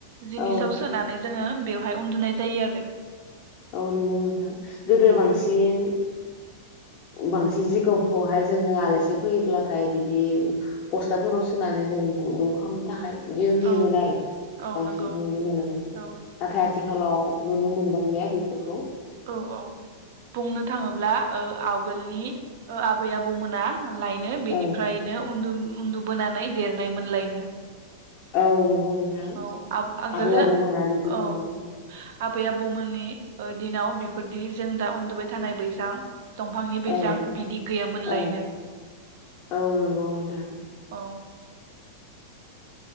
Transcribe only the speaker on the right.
जिनिसाव
सोनानै जोङो बेवहाय उन्दुनाय जायो आरो।
औ
औ
औ
नंगौ
औ
औ औ बुंनो थाङोब्ला ओ आवगोलनि ओ आबै आबौमोना लायनो बेनिफ्रायनो
उन्दु उन्दुबोनानै देरनायमोनलायनो।
औ आ-आगोलो
औ। आबै आबौमोननि दिनाव बेफोरदि जों दा उन्दुबाय थानाय बैसां दंफांनि बेैसां
बिदि गैयामोन
लायनो
औ।